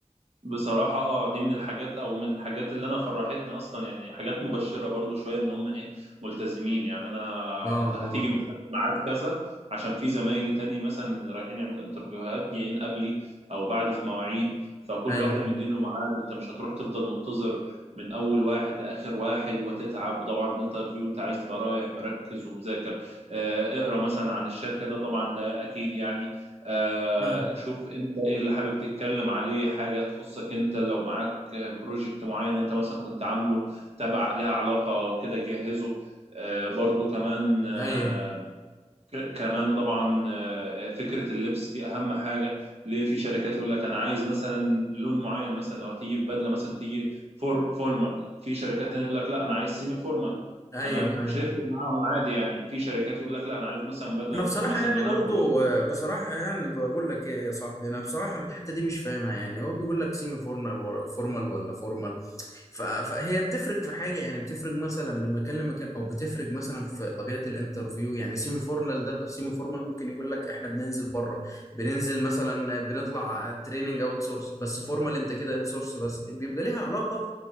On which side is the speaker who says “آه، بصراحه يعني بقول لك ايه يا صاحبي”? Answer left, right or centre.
Left